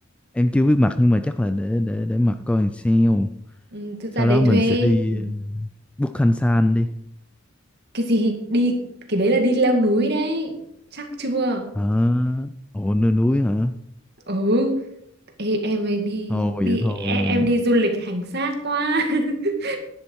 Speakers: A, in the centre; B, on the right.
A: Em chưa biết mặt nhưng mà chắc là để để để mặt coi làm sao.
B: Ừ, thực
A: Sau
B: ra đấy
A: đó mình
B: thuê
A: sẽ đi
B: Ừ,
A: Bút Khanh San đi.
B: cái gì đi cái đấy là đi leo núi đấy chắc chưa
A: Hả? Ồ, nơi núi hả?
B: Ừ, ê, em ấy đi
A: Thôi
B: đi
A: vậy thôi.
B: e- em đi du lịch hành xác quá. <laughs>